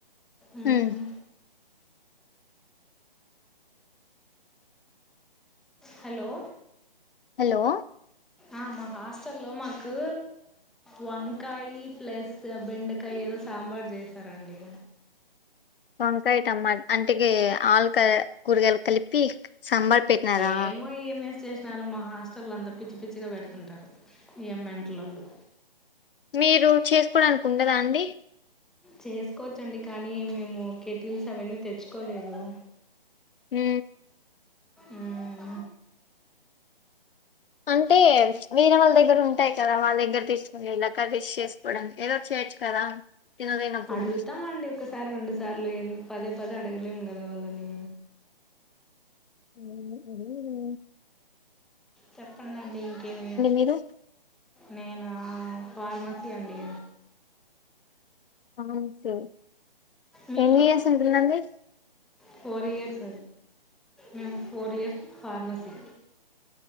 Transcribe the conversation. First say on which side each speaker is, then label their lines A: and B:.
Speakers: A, in the centre; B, on the left.
A: మ్మ్
B: హమ్
A: హలో
B: హలో
A: ఆ మా హాస్టల్ లో మాకు వంకాయ ప్లస్ బెండకాయ ఏదో సామ్ ఇందాక చేశారండి
B: వంకాయ టమాట అంటకి ఆలుకా కూరగాయలు కలిపి సాంబార్ పెట్టినారా
A: ఏమో ఏమేస్ చేసినారు మా హాస్టళ్ల్లో అంతా పిచ్చి పిచ్చిగా పెడుతుంటారు ఎం మెంటల్లోలో
B: మీరు చేసుకోవడానికి ఉండదా అండి
A: చేసుకోవచ్చండి కానీ మేము కేెటిల్స్ అవన్నీ తెచ్చుకోలేదు
B: మ్
A: మ్మ్.
B: అంటే వీరే వాళ్ళ దగ్గర ఉంటాయి కదా వాళ్ళ దగ్గర తీసుకునేలా కర్రీస్ చేసుకోడనికి ఏదో తెచ్చు కదా తినలేనప్పుడు
A: అడుగుతామండి ఒకసారి రెండు సా సార్లు ఎం పదే పదే అడగలేం కదా వాళ్ళనీ
B: ఏమో తెలీదే
A: చెప్పండండి ఇంకేమి
B: మీరు
A: నేనా ఫార్మసి అండి
B: అంతే
A: మీరు
B: టెన్ ఇయర్స్ వుంటుండండి
A: ఫోర్ ఇయర్స్ మేము ఫోర్ ఇయర్స్ ఫార్మసీ